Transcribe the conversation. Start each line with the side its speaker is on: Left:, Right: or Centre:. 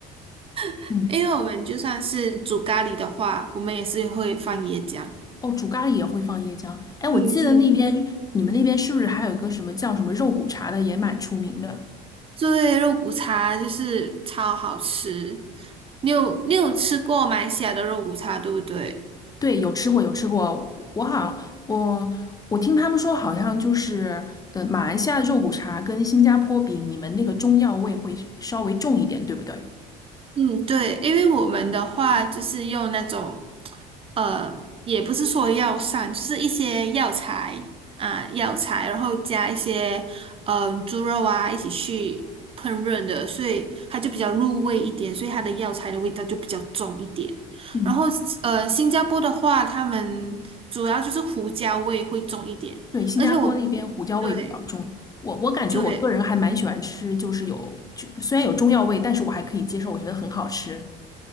Right: <laughs>
Left: 嗯，
Right: 因为我们就算是煮咖喱的话，我们也是会放椰浆。
Left: 哦，煮咖喱也会放椰浆。哎，我记得那边你们那边是不是还有一个什么叫什么肉骨茶的，
Right: 嗯嗯。
Left: 也蛮出名的？
Right: 对，肉骨茶就是超好吃。你有你有吃过马来西亚的肉骨茶，对不对？
Left: 对，有吃过，有吃过。我好像我我听他们说，好像就是呃，马来西亚肉骨茶跟新加坡比，你们那个中药味会稍微重一点，对不对？
Right: 嗯，对，因为我们的话就是用那种，呃，也不是说药膳，就是一些药材啊，药材，然后加一些嗯、呃猪肉啊一起去烹饪的，所以它就比较入味一点，所以它的药材的味道就比较重一点。
Left: 嗯，
Right: 然后呃，新加坡的话，他们主要就是胡椒味会重一点，
Left: 对，新加坡那边胡椒味比较重。
Right: 而且我们对
Left: 我我感觉我个人还蛮喜欢吃，
Right: 对。
Left: 就是有就虽然有中药味，但是我还可以接受，我觉得很好吃。